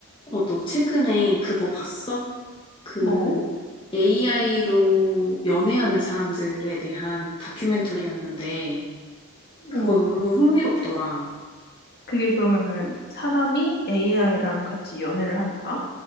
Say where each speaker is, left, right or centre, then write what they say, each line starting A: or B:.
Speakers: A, on the left (about 25°); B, on the left (about 45°).
A: 어, 너 최근에 그거 봤어? 그
B: 뭐?
A: AI로 연애하는 사람들에 대한 다큐멘터리였는데, 그거
B: 어머,
A: 너무 흥미롭더라.
B: 그게 그러면은 사람이 AI랑 같이 연애를 하는 거야?